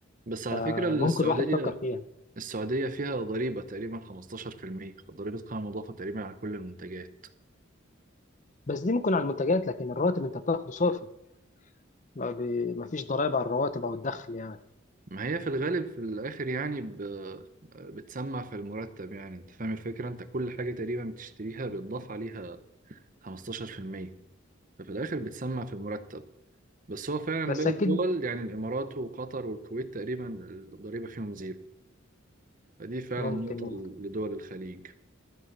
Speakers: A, on the right; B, on the left.
A: بس على
B: فممكن
A: فكرة السعودية
B: الواحد يفكر فيها
A: السعودية فيها ضريبة تقريبا 15% ضريبة قيمة مضافة تقريبا على كل المنتجات
B: بس دي ممكن على المنتجات لكن الراتب أنت بتاخده صافي ما, بي... ما فيش ضرائب على الرواتب أو الدخل يعني
A: ما هي في الغالب في الآخر يعني ب... بتسمع في المرتب يعني أنت فاهم الفكرة أنت كل حاجة تقريبا بتشتريها بيتضاف عليها 15% ففي الآخر بتسمع في المرتب بس هو فعلا
B: بس
A: باقي
B: أكيد
A: الدول يعني الإمارات وقطر والكويت تقريبا الضريبة فيهم زيرو فدي فعلا
B: ممكن
A: نقطة
B: ممكن
A: لدول الخليج